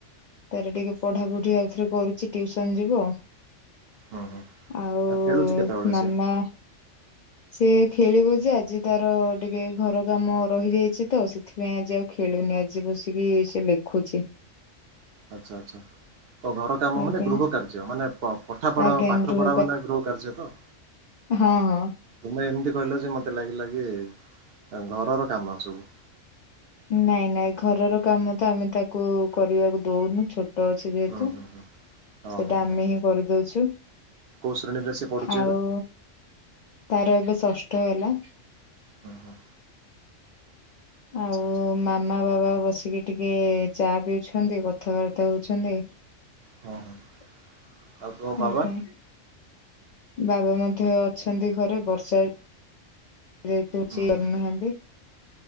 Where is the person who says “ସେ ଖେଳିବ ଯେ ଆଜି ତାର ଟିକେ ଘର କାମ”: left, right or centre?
Left